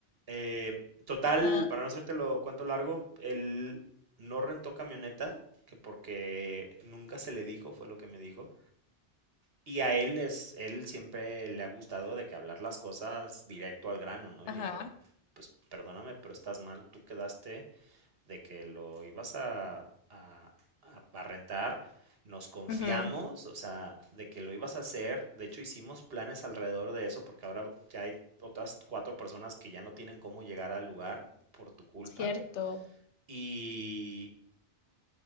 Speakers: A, on the right (about 60°); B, on the left (about 80°).
A: Eh, total,
B: Ajá,
A: para no hacértelo lo cuento largo, él no rentó camioneta, que porque nunca se le dijo, fue lo que me dijo. Y a él es, él siempre le ha gustado de que hablar las cosas directo al grano, ¿no?
B: ajá.
A: Y le dije, pues perdóname, pero estás mal, tú quedaste de que lo ibas a, a- a- rentar, nos confiamos,
B: Ujú,
A: o sea, de que lo ibas a hacer. De hecho, hicimos planes alrededor de eso porque ahora ya hay otras cuatro personas que ya no tienen cómo llegar al lugar por tu culpa.
B: Cierto.
A: Y,